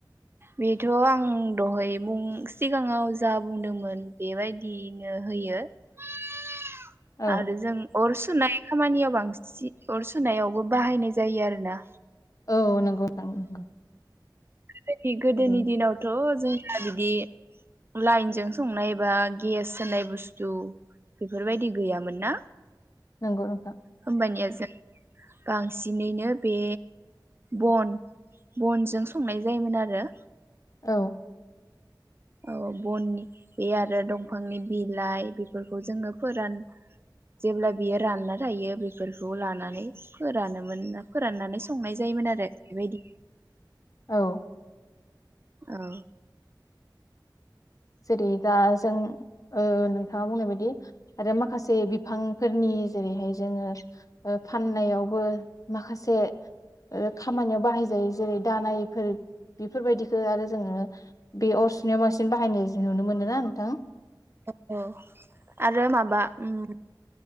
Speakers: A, on the right; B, on the left.
A: बेथ' आं दहाय बुं सिगाङाव जा बुंदोंमोन बेबायदिनो होयो <unintelligible>
B: औ
A: आरो जों अर सुनाय खामानियाव बांसिन अर सुनायावबो बाहायनाय जायो आरो ना
B: औ नोंगौ थां नंगौ
A: गोदोनि गोदोनि
B: जेरै
A: दिनावथ' जों बिदि लाइनजों संनाय बा गेस होन्नाय बुस्थु बेफोरबायदि गैयामोन ना
B: नोंगौ नोंथां
A: होमबानिया जों बांसिनैनो बे बन बनजों संनाय जायोमोन आरो
B: औ
A: औ बननि बे आरो दंफांनि बिलाइ बिफोरखौ जोङो फोरान जेब्ला बियो रानना थायो बेफोरखौ लानानै फोरानो मोन फोराननानै संनाय जायोमोन आरो बेबायदि
B: औ
A: औ
B: जेरै दा जों ओ नोंथाङा बुंनाय बायदि आरो माखासे बिफांफोरनि जेरैहाय जोङो ओ फाननायावबो माखासे खामानियाव बाहाय जायो जेरै दानायफोर बेफोरबायदिखौ आरो जोङो बे अरसुनियाव बांसिन बाहायनाय नुनो मोनोना नोंथां
A: औ औ आरो माबा ओम